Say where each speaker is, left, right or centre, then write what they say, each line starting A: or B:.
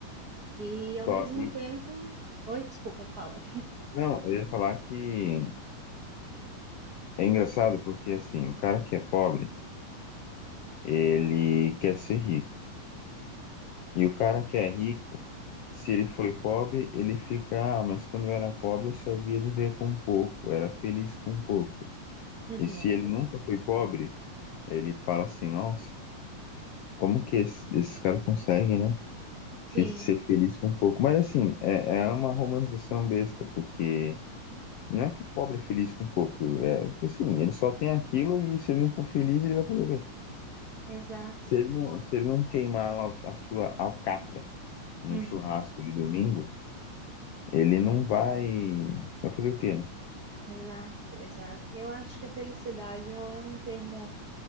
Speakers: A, on the right (about 55°); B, on the left (about 80°).
A: E ao
B: Só,
A: mesmo
B: e,
A: tempo. Oi, desculpa, fala.
B: não, eu ia falar que é engraçado porque, assim, o cara que é pobre, ele quer ser rico. E o cara que é rico, se ele foi pobre, ele fica, ah, mas quando eu era pobre eu sabia viver com pouco, eu era feliz com pouco.
A: Uhum.
B: E se ele nunca foi pobre, ele fala assim, nossa, como que esses, esses caras conseguem, né?
A: Sim,
B: Fiz ser feliz com pouco. Mas assim, é, é uma romantização besta, porque não é que o pobre é feliz com pouco, é que assim, ele só tem aquilo e se ele não for feliz, ele vai fazer o quê?
A: exato.
B: Se ele não, se ele não queimar a, a sua alcatra no
A: Uhum.
B: churrasco de domingo, ele não vai. Vai fazer o quê, né?
A: Exato, exato. Eu acho que a felicidade ela é um termo,